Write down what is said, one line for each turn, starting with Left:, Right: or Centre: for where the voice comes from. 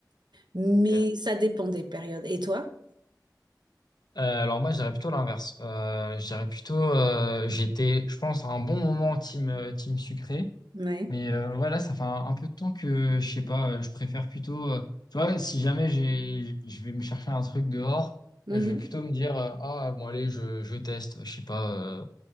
Right: Mais
Left: Ok.
Right: ça dépend des périodes. Et toi?
Left: Euh, alors moi, je dirais plutôt l'inverse. Euh, je dirais plutôt, euh, j'étais, je pense, à un bon moment team, euh, team sucré.
Right: Ouais.
Left: Mais euh, ouais, ça fait un, un peu de temps que, je sais pas, euh, je préfère plutôt, euh, tu vois, si jamais j'ai, je vais me chercher un truc dehors,
Right: Mhm.
Left: euh, je vais plutôt me dire, euh, ah, bon, allez, je, je teste, je sais pas, euh,